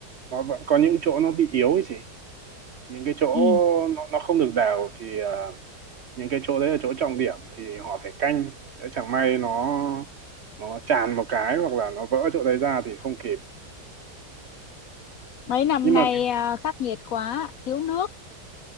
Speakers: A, on the right; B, on the left.
A: nó vẫn có những chỗ nó bị yếu ấy chị, những cái chỗ
B: Ừ.
A: nó nó không được đều thì ờ, những cái chỗ đấy là chỗ trọng điểm thì họ phải canh, nếu chẳng may nó nó tràn một cái hoặc là nó vỡ chỗ đấy ra thì không kịp.
B: Mấy năm
A: Nhưng
B: nay
A: mà
B: à, khắc nghiệt quá, thiếu nước,